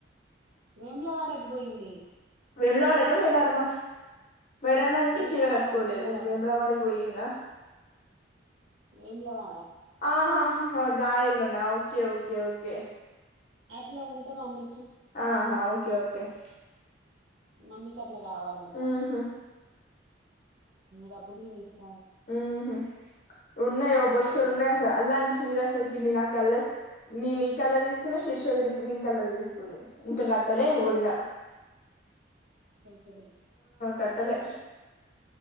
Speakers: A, on the right; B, on the left.
A: వేములవాడకి బోయింది
B: వేములవాడక మేడారమా మేడానానికి
A: వేములవాడ
B: చీర కట్టుకోలేదు
A: వేములవాడ
B: వేమలవాడికి వోయిందా
A: వెములవాడ
B: ఆహా హ గయలున్నా ఓకే ఓకే ఓకే
A: అట్లా ఉంటాం అమ్మ
B: ఆహా ఓకే ఓకే ఎస్
A: మమ్మీ క అట్లా కావాలంట
B: ఉహు
A: డబుల్ ని నిస్త
B: ఉహుమ్ ఉన్నయ్ ఓ
A: మమ్మీ
B: బొచ్చడున్నాయ్
A: తీసుకున్నా
B: అసల్ అల్లాంట్చీరసల్కి నినా ఆ కలర్ నిన్ ఈ కలర్ తీస్కున్నా శిర్షోదినె గ్రీన్ కలర్ తీస్కుంది ఇంకా గట్టల్ లే వొదినఉమ్
A: కరెక్ట్
B: కట్టలే